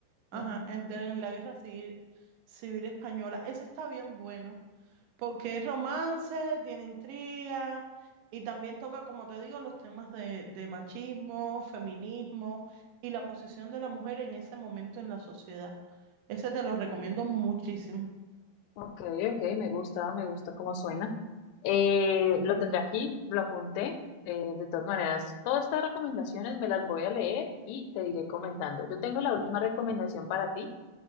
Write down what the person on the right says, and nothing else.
Ajá,
en, de- en la Guerra Civil, Civil Española. Ese está bien bueno porque es romance, tiene intriga y también toca, como te digo, los temas de, de machismo, feminismo y la posición de la mujer en ese momento en la sociedad. Ese te lo recomiendo muchísimo.